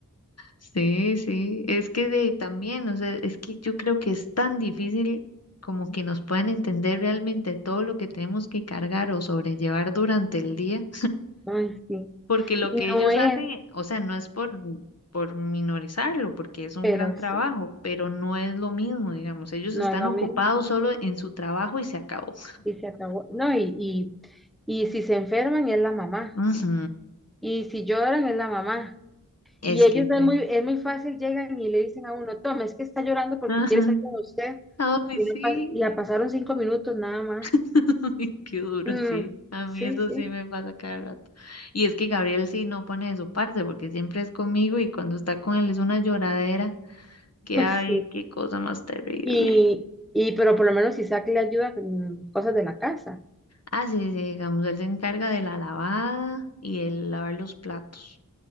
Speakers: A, on the left; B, in the centre.
A: Sí, sí, es que de ahí también, o sea, es que yo creo que es tan difícil como que nos puedan entender realmente todo lo que tenemos que cargar o sobrellevar durante el día,
B: Ay, sí.
A: porque lo
B: Y
A: que ellos
B: no es,
A: hacen, o sea, no es por, por minorizarlo, porque es un
B: pero
A: gran trabajo,
B: sí.
A: pero no es lo mismo, digamos, ellos
B: No
A: están
B: es lo
A: ocupados
B: mismo.
A: solo en su trabajo y se acabó.
B: Y se acabó. No, y, y, y si se enferman es la mamá.
A: Ujú,
B: Y si lloran es la mamá.
A: Es
B: Y ellos
A: que
B: es
A: ser.
B: muy, es muy fácil, llegan y le dicen a uno, toma, es que está llorando porque
A: Ajá.
B: quiere estar con usted.
A: Ay,
B: Y
A: sí.
B: no pas- y la pasaron cinco minutos nada más.
A: <laughs> Qué duro,
B: Mm,
A: sí. A
B: sí,
A: mí eso
B: sí,
A: sí me pasa cada rato. Y es que Gabriel sí no pone de su parte porque siempre es conmigo y cuando está con él es una lloradera. Que
B: <laughs>
A: ay,
B: sí.
A: qué cosa más terrible.
B: Y,
A: <laughs>
B: y pero por lo menos Isaac le ayuda con cosas de la casa.
A: Ah, sí, sí, digamos, él se encarga de la lavada y el lavar los platos.